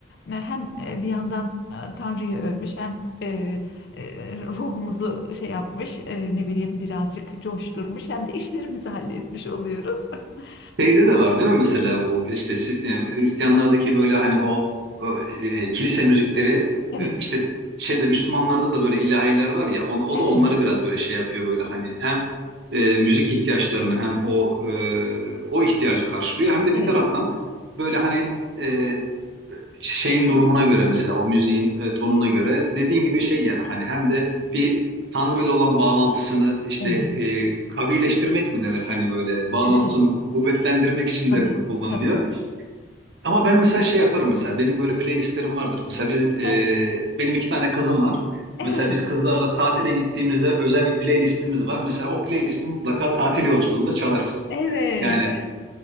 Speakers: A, on the left (about 60°); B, on the right (about 65°).
A: e, hem e, bir yandan e, Tanrı'yı övmüş hem e, e, ruhumuzu şey yapmış, e, ne bileyim birazcık coşturmuş hem de işlerimizi halletmiş oluyoruz. <laughs>
B: Şeyde de var değil mi mesela bu işte si- e, Hristiyanlardaki böyle hani o, o, e, kilise müzikleri
A: Evet,
B: e, işte şeyde Müslümanlarda da böyle ilahiler var ya on- o,
A: evet,
B: da onları biraz böyle şey yapıyor böyle hani hem e, müzik ihtiyaçlarını hem o e, o ihtiyacı karşılıyor hem de
A: evet,
B: bir taraftan böyle hani e, şeyin durumuna göre mesela o müziğin e, tonuna göre dediğin gibi şey yani hani hem de bir Tanrı ile olan bağlantısını işte
A: evet,
B: e, kavileştirmek mi denir hani böyle bağlantısını
A: evet.
B: kuvvetlendirmek için
A: Tabii,
B: de kullanılıyor.
A: tabii.
B: Ama ben mesela şey yaparım mesela benim böyle playlistlerim vardır. Mesela biz
A: Hı
B: e,
A: hı.
B: benim iki tane kızım var.
A: Evet.
B: Mesela biz kızlarla tatile gittiğimizde özel bir playlistimiz var. Mesela o playlisti mutlaka tatil yolculuğunda çalarız.
A: Evet.
B: Yani